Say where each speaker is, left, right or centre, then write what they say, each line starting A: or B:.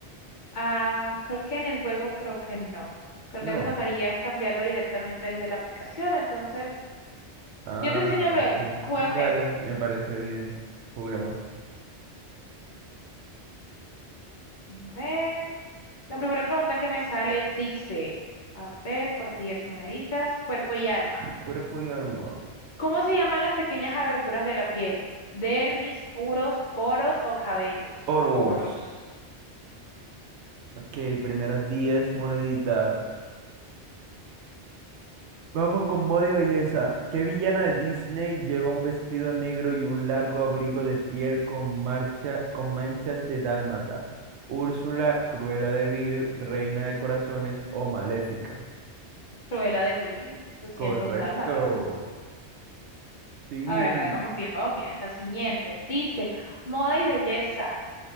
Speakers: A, on the left; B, on the right.
A: ah, creo que en el juego creo que no. Creo
B: no.
A: que te tocaría es cambiarlo directamente desde la aplicación. Entonces,
B: Ah,
A: yo te enseño luego.
B: ok.
A: Juguemos
B: Sí, dale,
A: esta. A
B: me parece bien. Juguemos.
A: ver. La primera pregunta que me sale dice, a ver, por 10 moneditas, cuerpo y alma.
B: Cuerpo y alma.
A: ¿Cómo se llaman las pequeñas aberturas de la piel? Dermis, puros, poros o cabellos.
B: Oros.
A: Poros.
B: Ok, primeras 10 moneditas. Vamos con moda y belleza. ¿Qué villana de Disney lleva un vestido negro y un largo abrigo de piel con marcha, con manchas de dálmata? Úrsula, Cruella de Vil, Reina de Corazones o Maléfica.
A: Cruella de Vil, su
B: Correcto.
A: un dálmatas.
B: Siguiente.
A: A ver, ahí vamos bien, vamos bien. La siguiente dice, moda y belleza.